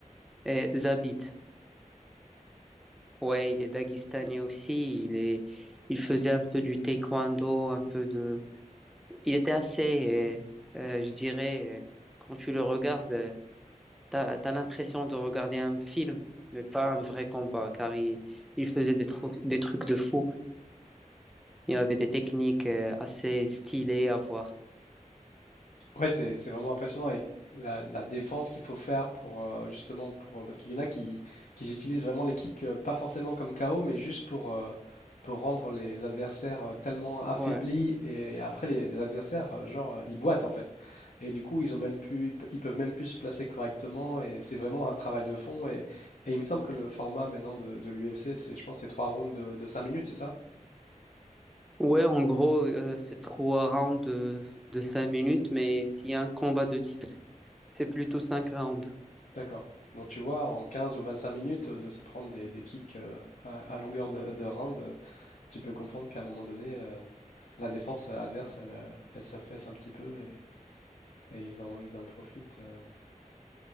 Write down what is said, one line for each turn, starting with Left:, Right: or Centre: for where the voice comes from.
Centre: Euh, Zabit, ouais, il est daguestanais aussi. Il est, il faisait un peu du taekwondo, un peu de il était assez, euh, euh, je dirais, euh, quand tu le regardes, euh, t'as as, l'impression de regarder un film, mais pas un vrai combat, car il, il faisait des trucs, des trucs de fou. Il avait des techniques euh, assez stylées à voir.
Left: Ouais, c'est c'est vraiment impressionnant et la, la défense qu'il faut faire pour euh, justement pour euh, parce qu'il y en a qui, qui utilisent vraiment les kicks euh, pas forcément comme KO mais juste pour euh, pour rendre les adversaires euh, tellement affaiblis
Centre: Ouais.
Left: et après les, les adversaires euh, genre euh, ils boitent en fait et du coup ils ont même plus ils, pe- ils peuvent même plus se placer correctement et c'est vraiment un travail de fond et, et il me semble que le format maintenant de, de l'UFC c'est je pense c'est trois rounds de, de 5 minutes c'est ça?
Centre: Ouais, en gros, euh, c'est trois rounds de, de 5 minutes, mais s'il y a un combat de titre, c'est plutôt 5 rounds.
Left: D'accord. Donc tu vois, en 15 ou 25 minutes, euh, de se prendre des, des kicks euh, à, à longueur de, de round, euh, tu peux comprendre qu'à un moment donné, euh, la défense euh, adverse, elle, euh, elle s'affaisse un petit peu et, et ils en, ils en profitent. euh.